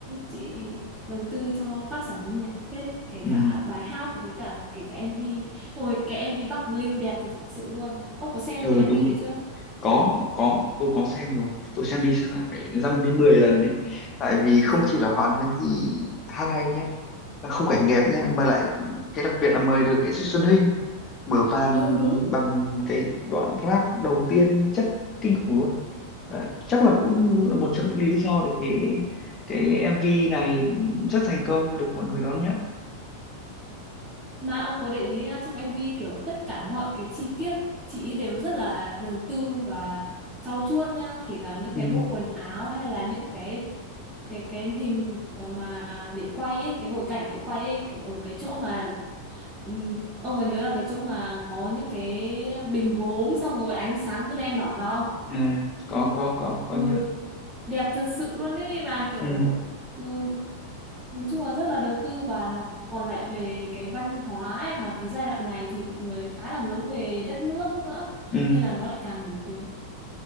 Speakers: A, on the right; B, on the left.
A: chị đầu tư cho các sản phẩm nhạc hết kể
B: ừ,
A: cả bài hát với cả kể cả MV. Ôi cái MV Bắc Bling đẹp thực sự luôn. Ông có xem
B: ừ
A: cái MV
B: đúng rồi.
A: đấy chưa?
B: Có, có, tôi có xem rồi. Tôi xem đi xem lại phải dăm đến 10 lần đấy. Tại vì
A: <laughs>
B: không chỉ là Hoàn Minh Di hát hay nhá Và khung cảnh đẹp nhé mà lại cái đặc biệt là mời được nghệ sĩ Xuân Hinh mở màn
A: Ừ đúng.
B: bằng cái đoạn rap đầu tiên chất kinh khủng luôn Đấy. chắc là cũng là một trong những cái lý do để cái cái MV này rất thành công và được mọi người đón nhận
A: Mà ông có để ý à, trong MV kiểu tất cả mọi cái chi tiết chị đều rất là đầu tư và trau chuốt nhá, kể cả những
B: ừ.
A: cái bộ quần áo hay là những cái cái cái hình ờ, mà để quay ấy, cái bối cảnh để quay ấy, kiểu ở cái chỗ mà ừm, ông có nhớ là cái chỗ mà có những cái bình gốm xong rồi ánh sáng cứ len lỏi vào không?
B: à, có có có có
A: Ừ,
B: nhớ
A: đẹp thật sự luôn ấy và kiểu
B: ừ.
A: ừ, Nói chung là rất là đầu tư và nó còn lại về cái văn hóa ấy, mà cái giai đoạn này thì mọi người khá là hướng về đất nước nữa
B: Ừ.
A: nên là nó lại càng nổi tiếng